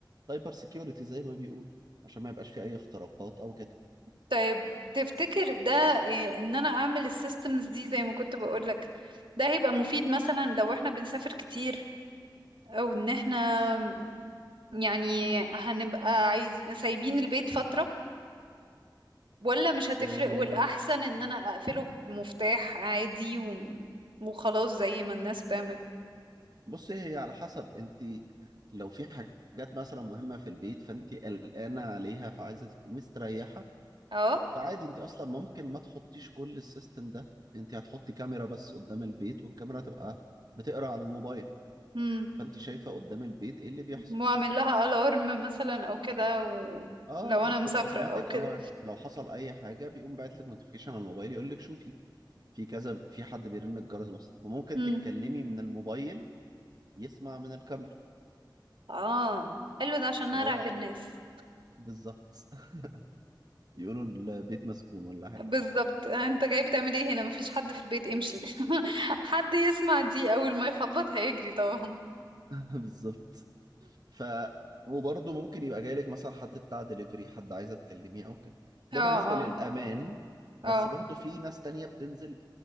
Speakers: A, on the right (about 50°); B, on the right (about 85°).
A: سيكيورتي زي ما بيقولوا عشان ما يبقاش في أي اختراقات أو كده
B: طيب تفتكر ده إيه ان انا اعمل السيستمز دي زي ما كنت بقولك ده هيبقى مفيد مثلا لو احنا بنسافر كتير او ان احنا يعني هنبقى عايز سايبين البيت فترة ولا مش هتفرق
A: أم،
B: والاحسن ان انا اقفله بمفتاح عادي و... وخلاص زي ما الناس بتعمل
A: بصي هي على حسب أنت لو في حاجات مثلا مهمة في البيت فأنت قلقانة عليها فعايزة تبقي مستريحة
B: اه
A: فعادي أنت أصلا ممكن ما تحطيش كل السيستم ده أنت هتحطي كاميرا بس قدام البيت والكاميرا تبقى بتقرأ على الموبايل
B: امم
A: فأنت شايفة قدام البيت إيه اللي بيحصل
B: واعمل لها الارم مثلا او كده ولو
A: اه
B: انا
A: اه بتبقى
B: مسافرة
A: اوتوماتيك
B: او كده
A: الارم لو حصل اي حاجه بيقوم باعت لك نوتيفيكيشن على الموبايل يقول لك شوفي في كذا في حد بيرن الجرس مثلا وممكن
B: امم
A: تتكلمي من الموبايل يسمع من الكاميرا
B: اه قال له ده عشان انا
A: اللي
B: ارعب
A: هو
B: الناس
A: بالظبط <laughs> يقولوا البيت مسكون ولا حاجه
B: بالظبط انت جاي بتعمل ايه هنا مفيش حد في البيت امشي <laughs> حد يسمع دي اول ما يخبط هيجري طبعا <laughs>
A: <laughs> بالظبط ف وبرضه ممكن يبقى جاي لك مثلا حد بتاع دليفري حد عايزه تكلميه او كده ده
B: اه
A: بالنسبه
B: اه
A: للامان
B: اه
A: بس برضه في ناس تانية بتنزل